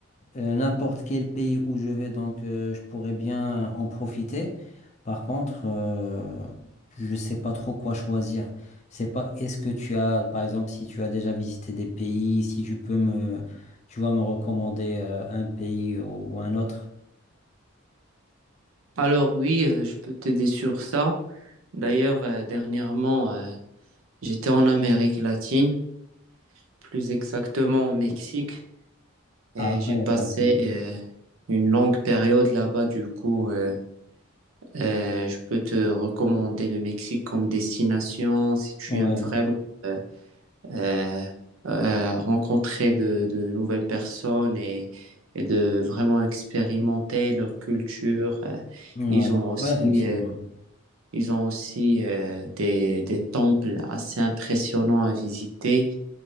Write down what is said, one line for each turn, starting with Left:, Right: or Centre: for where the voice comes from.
Left: euh, n'importe quel pays où je vais. Donc, euh, je pourrais bien en profiter. Par contre, euh, je sais pas trop quoi choisir. C'est pas, est-ce que tu as, par exemple, si tu as déjà visité des pays, si tu peux me, tu vas me recommander euh, un pays ou ou un autre?
Right: Alors oui, euh, je peux t'aider sur ça. D'ailleurs, euh, dernièrement, euh, j'étais en Amérique latine, plus exactement au Mexique, et
Left: Ah
Right: j'ai
Left: ouais,
Right: passé
Left: ok.
Right: euh, une longue période là-bas. Du coup, euh, Euh, je peux te recommander le Mexique comme destination si tu
Left: Ouais,
Right: aimes vraiment euh, euh, euh, rencontrer de, de nouvelles personnes et, et de vraiment expérimenter leur culture. Euh,
Left: ouais,
Right: Ils ont aussi,
Left: ouais, effectivement.
Right: euh, ils ont aussi euh, des, des temples assez impressionnants à visiter